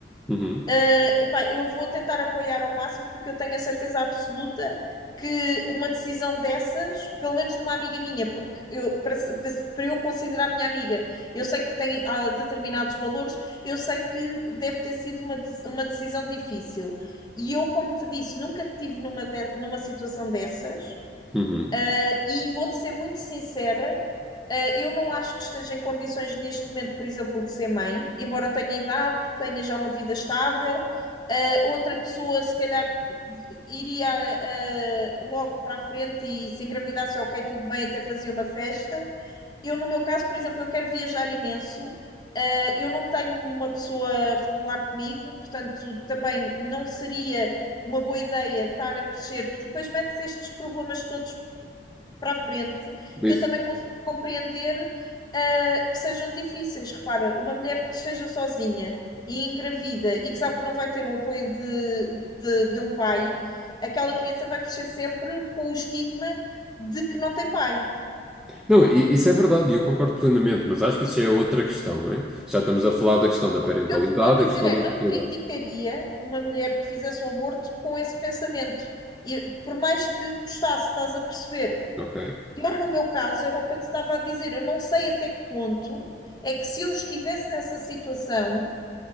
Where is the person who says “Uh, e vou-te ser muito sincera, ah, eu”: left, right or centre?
Left